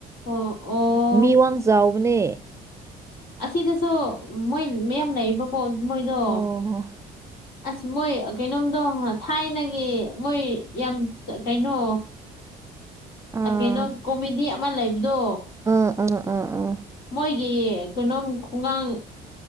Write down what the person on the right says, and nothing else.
ꯃꯤ ꯋꯥꯡ ꯆꯥꯎꯕꯅꯦ
ꯑꯣ
ꯑꯥ
ꯑꯥ ꯑꯥ ꯑꯥ ꯑꯥ